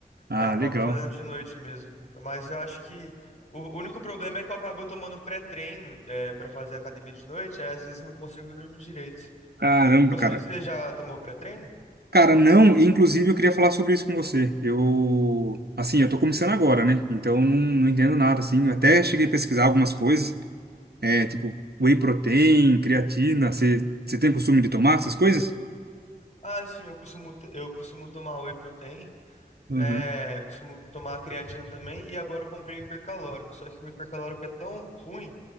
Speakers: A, on the right (about 80°); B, on the left (about 45°).
A: Ah,
B: é, eu acabo
A: legal.
B: fazendo de noite mesmo. Mas eu acho que. O único problema é que eu acabo tomando pré-treino é, para fazer academia de noite, aí às vezes eu não consigo dormir direito.
A: Caramba,
B: Você,
A: cara.
B: você já tomou pré-treino?
A: Cara, não, e, inclusive eu queria falar sobre isso com você. Eu, assim, eu tô começando agora, né? Então eu não, não entendo nada, assim. Eu até cheguei a pesquisar algumas coisas, é, tipo whey protein, creatina. Você você tem costume de tomar essas coisas?
B: Ah, sim, eu costumo, t- eu costumo tomar whey protein,
A: Uhum.
B: né? Costumo tomar creatina também, e agora eu comprei o hipercalórico. Só que o hipercalórico é tão ruim